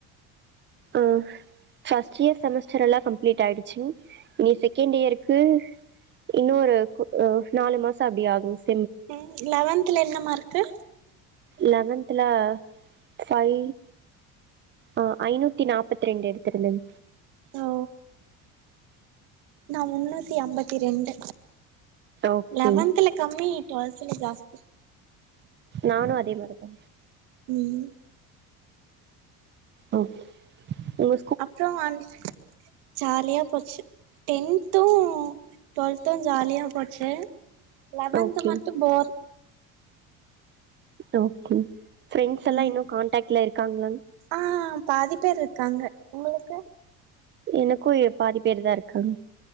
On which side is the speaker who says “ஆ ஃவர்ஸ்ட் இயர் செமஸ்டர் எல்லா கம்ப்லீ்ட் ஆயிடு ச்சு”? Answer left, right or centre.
Right